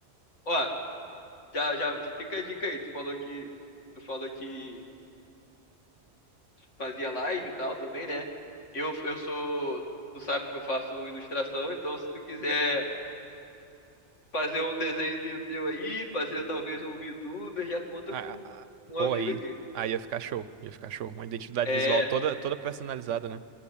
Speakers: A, on the left; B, on the right.
A: Ó, já, já fica a dica aí. Tu falou que, tu falou que fazia live e tal também, né? Eu, eu sou, tu sabe que eu faço ilustração, então se tu quiser fazer um desenhozinho teu aí, fazer talvez um VTuber, já conta
B: Ah,
A: com
B: ah, ah,
A: um
B: pô,
A: amigo
B: aí,
A: aqui.
B: aí ia ficar show, ia ficar show. Uma identidade
A: É,
B: visual toda, toda personalizada, né?